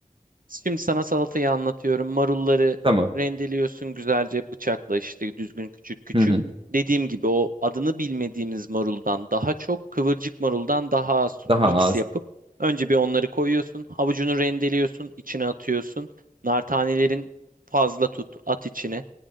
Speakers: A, on the right; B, on the right.
A: Şimdi sana salatayı anlatıyorum. Marulları
B: tamam.
A: rendeliyorsun güzelce bıçakla işte düzgün küçük küçük.
B: Hı hı.
A: Dediğim gibi o adını bilmediğimiz maruldan daha çok kıvırcık maruldan daha az
B: Daha
A: mix
B: az.
A: yapıp önce bir onları koyuyorsun. Havucunu rendeliyorsun, içine atıyorsun. Nar tanelerin fazla tut, at içine.